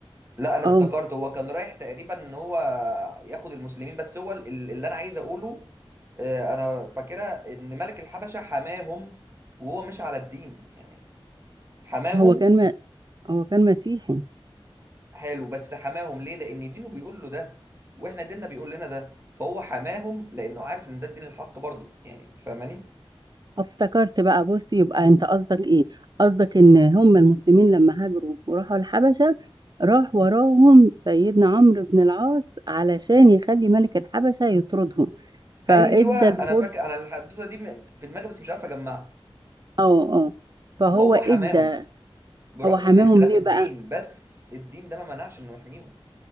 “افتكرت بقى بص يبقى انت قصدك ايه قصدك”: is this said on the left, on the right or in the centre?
Right